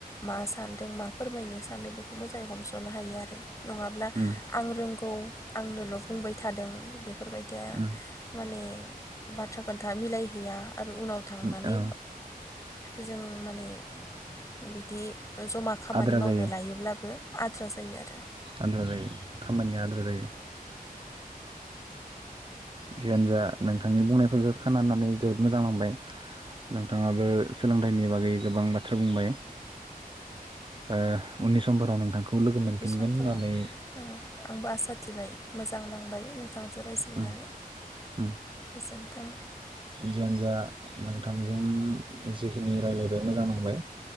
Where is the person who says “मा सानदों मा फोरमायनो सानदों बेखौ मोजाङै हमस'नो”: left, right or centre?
Left